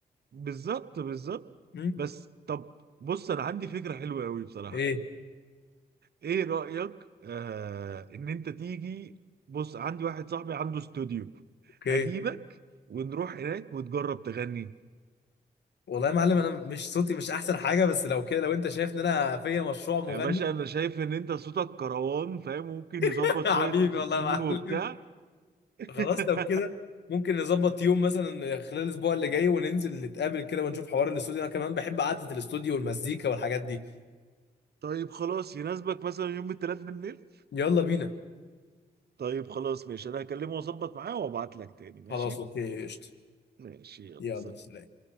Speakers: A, on the right; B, on the left.
A: بالظبط بالظبط
B: مم؟
A: بس طب بص انا عندي فكرة حلوة قوي بصراحة
B: ايه
A: ايه رأيك آه ان انت تيجي بص عندي واحد صاحبي عنده استوديو
B: اوكي
A: اجيبك ونروح هناك وتجرب تغني
B: والله يا معلم انا مش صوتي مش احسن حاجه بس لو كده لو انت شايف ان انا فيا مشروع مغني
A: يا باشا انا شايف ان انت صوتك كروان فاهم ممكن نظبط
B: <laughs> حبيبي
A: شوية اوتوتيون
B: والله يا معلم
A: وبتاع <laughs>
B: خلاص لو كده ممكن نظبط يوم مثلا خلال الاسبوع اللي جاي وننزل نتقابل كده ونشوف حوار الاستوديو انا كمان بحب قعده الاستوديو والمزيكا والحاجات دي
A: طيب خلاص يناسبك مثلا يوم الثلاث بالليل
B: يلا بينا
A: طيب خلاص ماشي انا هكلمه واظبط معاه وابعت لك تاني ماشي
B: خلاص اوكي قشطه
A: ماشي يلا
B: يلا
A: سلام
B: سلام